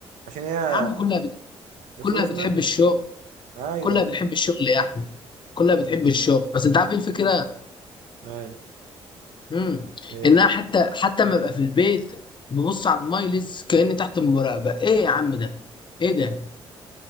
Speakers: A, on the right; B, on the left.
A: عشان هي
B: يا عم كلها بت...
A: الفلوس
B: كلها بتحب
A: م...
B: الشغل
A: ايوه
B: كلها بتحب الشغل يا احمد كلها بتحب الشغل بس انت عارف ايه الفكره
A: ايوه
B: امم
A: ايه
B: انها حتى حتى ما ابقى في البيت ببص على المايلز كاني تحت المراقبه ايه يا عم ده ايه ده ما